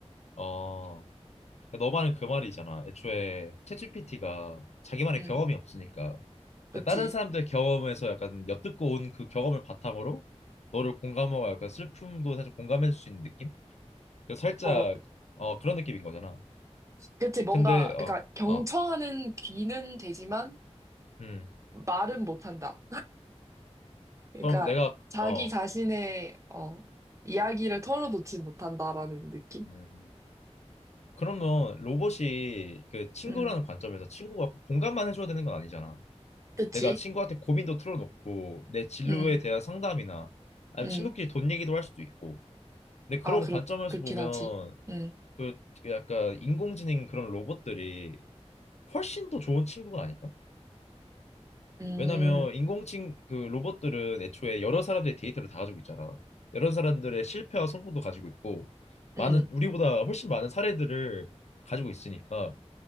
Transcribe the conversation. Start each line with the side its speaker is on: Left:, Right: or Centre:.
Left: 어. 그러니까 너 말은 그 말이잖아. 애초에 챗GPT가 자기만의
Right: 음,
Left: 경험이 없으니까 그냥
Right: 그치.
Left: 다른 사람들의 경험에서 약간 엿듣고 온 그 경험을 바탕으로 너를 공감하고 약간 슬픔도 사실 공감해줄 수 있는 느낌? 그래서 살짝
Right: 어,
Left: 어 그런 느낌인 거잖아.
Right: 그치. 뭔가
Left: 근데 어
Right: 그러니까 경청하는
Left: 어,
Right: 귀는 되지만
Left: 음.
Right: 말은 못한다. 그러니까
Left: 그럼 내가
Right: 자기
Left: 어
Right: 자신의 어 이야기를 털어놓지 못한다라는 느낌?
Left: 음. 그러면 로봇이 그 친구라는
Right: 음,
Left: 관점에서 친구가 꼭 공감만 해줘야 되는 건 아니잖아.
Right: 그치.
Left: 내가 친구한테 고민도 틀어놓고 내 진로에
Right: 음.
Left: 대한 상담이나 아니면
Right: 음.
Left: 친구끼리 돈 얘기도 할 수도 있고 근데 그런
Right: 아, 그렇,
Left: 관점에서
Right: 그렇긴
Left: 보면
Right: 하지. 응,
Left: 그 약간 인공지능 그런 로봇들이 훨씬 더 좋은 친구가 아닐까?
Right: 음,
Left: 왜냐면 인공지능 그 로봇들은 애초에 여러 사람들의 데이터를 다 가지고 있잖아. 여러 사람들의 실패와 성공도 가지고 있고 많은
Right: 응,
Left: 우리보다 훨씬 많은 사례들을 가지고 있으니까